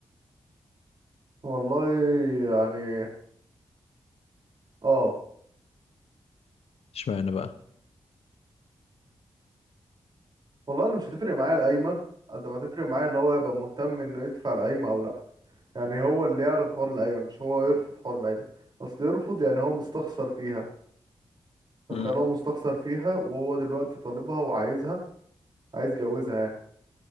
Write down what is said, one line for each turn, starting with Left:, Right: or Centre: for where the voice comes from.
Right: والله يعني اه
Left: اشمعنى بقى
Right: والله انا مش هتفرق معايا القايمة قد ما هتفرق معايا ان هو يبقى مهتم انه يدفع القايمة او لا يعني هو اللي يعرض حوار القايمة مش هو يرفض حوار القايمة اصل يرفض يعني هو مستخسر فيها فتخيل
Left: امم
Right: هو مستخسر فيها وهو دلوقتي طالبها وعايزها عايز يجوزها يعني